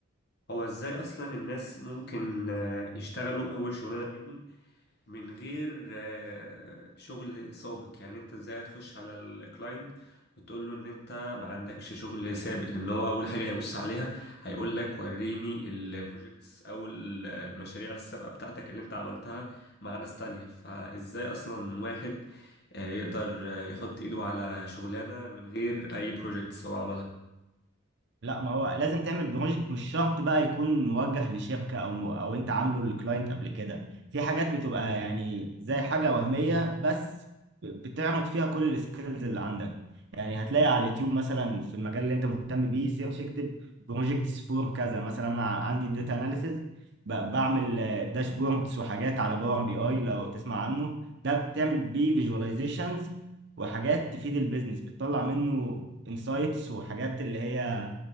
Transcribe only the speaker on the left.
هو ازاي اصلا الناس ممكن آه، يشتغلوا اول شغلانة ليهم من غير آه، شغل سابق يعني انت ازاي هتخش على الكلاينت وتقول له ان انت ما عندكش شغل سابق لان هو اول حاجه هيبص عليها هيقول لك وريني البروجكتس او المشاريع السابقه بتاعتك اللي انت عملتها مع ناس تانية فازاي اصلا واحد آه، يقدر آه، يحط ايده على شغلانه من غير اي بروجكتس هو عملها